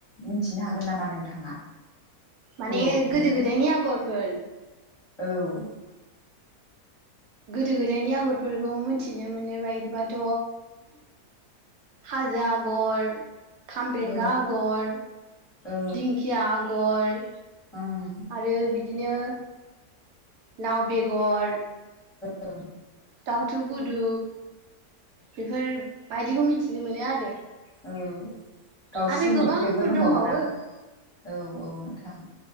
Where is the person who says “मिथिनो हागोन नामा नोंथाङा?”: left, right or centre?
Left